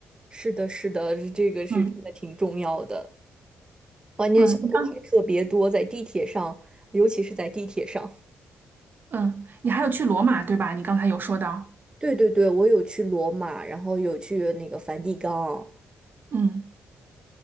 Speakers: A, on the right; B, on the right.
A: 是的，是的，这个是真的挺重要的，
B: 嗯
A: 关键小偷还特别多，
B: 嗯，你刚
A: 在地铁上，尤其是在地铁上。
B: 嗯，你还有去罗马对吧？你刚才有说到，
A: 对对对，我有去罗马，然后有去那个梵蒂冈。
B: 嗯。